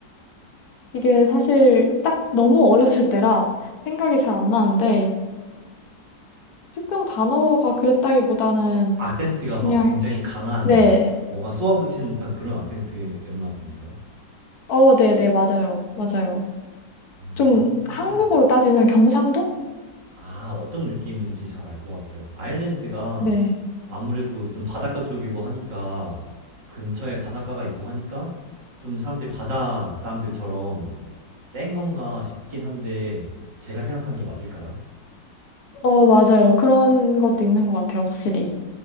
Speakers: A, on the left; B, on the right.
A: 이게 사실 딱 너무 어렸을 때라 생각이 잘 안 나는데, 특정 단어가 그랬다기보다는
B: 악센트가
A: 그냥,
B: 막 굉장히 강한
A: 네,
B: 막 뭔가 쏘아붙이는 듯한 그런 악센트였나 보네요.
A: 어, 네, 네, 맞아요. 맞아요.
B: 음.
A: 좀 한국으로 따지면 경상도?
B: 아, 어떤 느낌인지 잘 알 것 같아요. 아일랜드가
A: 네.
B: 아무래도 좀 바닷가 쪽이고 하니까 근처에 바닷가가 있고 하니까 좀 사람들이 바다 사람들처럼 센 건가 싶긴 한데 제가 생각하는 게 맞을까요?
A: 어, 맞아요. 그런 것도 있는 것 같아요, 확실히.